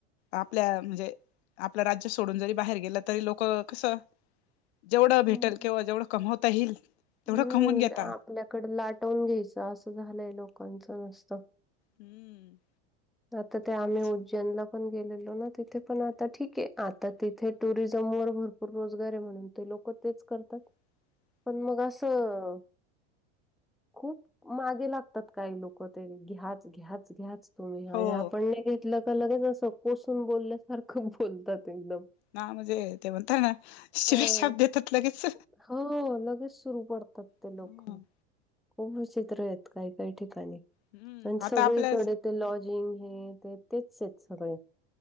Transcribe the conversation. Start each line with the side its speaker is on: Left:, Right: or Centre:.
Left: आपल्या म्हणजे, आपलं राज्य सोडून जरी बाहेर गेलं तरी लोकं कसं जेवढं भेटल,
Centre: हम्म.
Left: किंवा जेवढं कमवता येईल तेवढं
Centre: हम्म,
Left: कमवून घेता
Centre: आपल्याकड लाटवून घ्यायचं असं झालंय लोकांचं नुसतं.
Left: हम्म.
Centre: आता ते
Left: तर
Centre: आम्ही
Left: आहेच
Centre: जन ला पण गेलेलो ना, तिथे पण आता ठीके, आता तिथे टुरिझम वर भर रोजगार आहे म्हणून ते लोकं तेच करतात.
Left: <inaudible>
Centre: पण मग असं खूप मागे लागतात काही लोकं ते, घ्याच घ्याच घ्याच. ह्या, ह्या
Left: हो
Centre: आणि
Left: हो
Centre: आपण नाही घेतलं का लगेच असं कोसून बोलल्यासारखं बोलतात एकदम.
Left: ना म्हणजे ते म्हणताात ना शिव्याश्याप
Centre: हां.
Left: देतात लगेच.
Centre: हो लगेच सुरू करतात ते
Left: हं.
Centre: लोकं खूप विचित्र येतकाही काही ठिकाणी
Left: हम्म
Centre: आन
Left: आता
Centre: सगळीकडे...
Left: आपल्या
Centre: ते लॉजिंग हे ते तेचेत सगळे